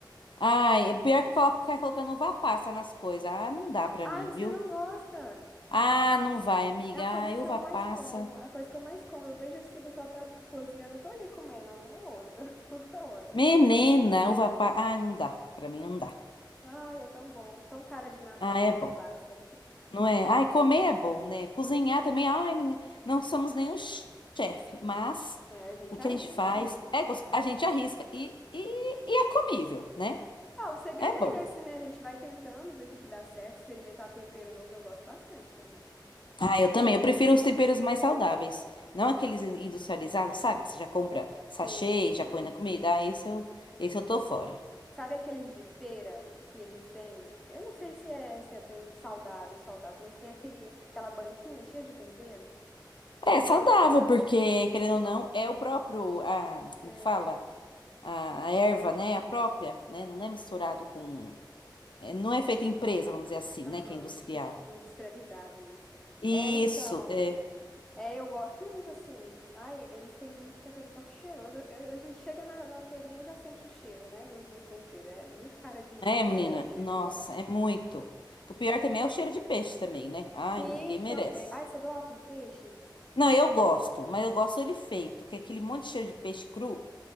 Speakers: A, on the left (about 80°); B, in the centre.
A: Ai, é pior que coloca ficar colocando uva passa nas coisas. Ah, não dá pra
B: Ai,
A: mim, viu?
B: você não gosta?
A: Ah, não vai, amiga.
B: É a coisa
A: Ai,
B: que
A: uva
B: eu mais
A: passa.
B: como, a coisa que eu mais como. Eu vejo assim, o pessoal tá tá cozinhando, eu tô ali comendo uma ou outra, <laughs> toda hora.
A: Menina, uva passa. Ai, não dá. Pra mim não dá.
B: Ai, é tão bom, tão cara de Natal,
A: Ah, é bom.
B: uva passa.
A: Não é? Ai, comer é bom, né? Cozinhar também. Ai, não não somos nenhum chefe, mas
B: É, a gente
A: o que
B: arrisca.
A: a gente faz é gos- a gente arrisca e, e, e é comível, né?
B: Ah, o segredo
A: É bom.
B: é esse, né? A gente vai tentando ver o que que dá certo, experimentar tempero novo, eu gosto bastante também.
A: Ah, eu também. Eu prefiro os temperos mais saudáveis. Não aqueles in- industrializados, sabe? Que você já compra sachê
B: Tem-
A: e já põe na comida. Ah, esse eu, esse eu tô fora.
B: Sabe aqueles de feira que eles têm? Eu não sei se é, se é bem saudável, saudável, mas tem aquele, aquela banquinha cheia de tempero.
A: É saudável, porque, querendo ou não, é o próprio, a,
B: É,
A: como que fala? A, a erva, né? A própria, né? Não é misturado com... é, não é feita em empresa, vamos dizer assim,
B: aham,
A: né? Que é industrial.
B: industrializado isso.
A: Isso,
B: É, então,
A: é.
B: é, eu gosto muito, assim. Ai, eles têm um tempero tão cheiroso. Eu- eu- a gente chega na, na feirinha e já sente o cheiro, né, do- dos temperos. É muito cara de,
A: É,
B: de feira
A: menina?
B: o cheiro
A: Nossa,
B: deles.
A: é muito. O pior também é o cheiro de peixe também, né? Ai,
B: Sim,
A: ninguém merece.
B: também. Ai, você gosta de peixe?
A: Não, eu gosto, mas eu gosto ele feito, que é aquele monte de cheiro de peixe cru.